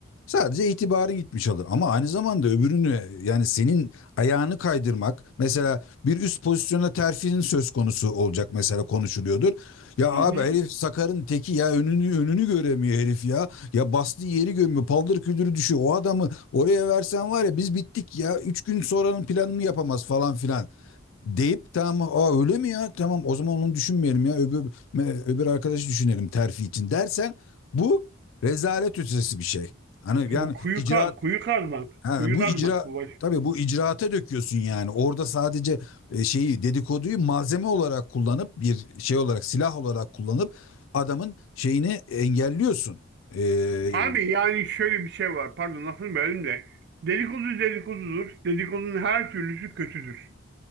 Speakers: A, on the left; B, on the right.
A: Sadece itibarı gitmiş olur ama aynı zamanda öbürünü yani senin ayağını kaydırmak mesela bir üst pozisyona terfinin söz konusu olacak mesela konuşuluyordur. Ya
B: hı
A: abi
B: hı.
A: herif Sakar'ın teki ya önünü önünü göremiyor herif ya. Ya bastığı yeri görmüyor paldır küldürü düşüyor. O adamı oraya versen var ya biz bittik ya 3 gün sonranın planını yapamaz falan filan deyip tamam aa öyle mi ya tamam o zaman onu düşünmeyelim ya öbür, me- öbür arkadaşı düşünelim terfi için dersen bu rezalet ötesi bir şey. Hani
B: Bu
A: yani
B: kuyu,
A: icraat
B: ka- kuyu kazmak.
A: ha,
B: Kuyu
A: bu
B: kazmak
A: icra
B: bu baş.
A: tabii bu icraata döküyorsun yani orada sadece e, şeyi dedikoduyu malzeme olarak kullanıp bir şey olarak silah olarak kullanıp adamın şeyini engelliyorsun. Ee,
B: Abi yani şöyle bir şey var. Pardon lafını böldüm de. Dedikodu dedikodudur. Dedikodunun her türlüsü kötüdür.